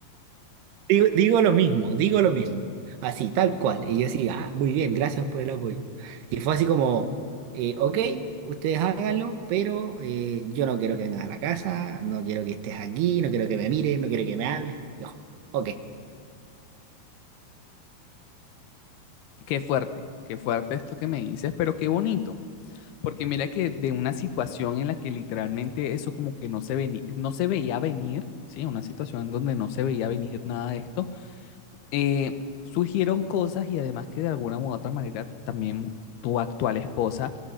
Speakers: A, on the right; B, on the left.
A: digo, digo lo mismo, digo lo mismo, así, tal cual, y yo así, ah, muy bien, gracias por el apoyo. Y fue así como, eh, ok, ustedes háganlo, pero eh, yo no quiero que vengas a la casa, no quiero que estés aquí, no quiero que me mires, no quiero que me hables, yo, ok.
B: qué fuerte, qué fuerte esto que me dices, pero qué bonito. Porque mira que de una situación en la que literalmente eso como que no se veni- no se veía venir, ¿sí? Una situación donde no se veía venir nada de esto, eh, surgieron cosas y además que de alguna u otra manera también tu actual esposa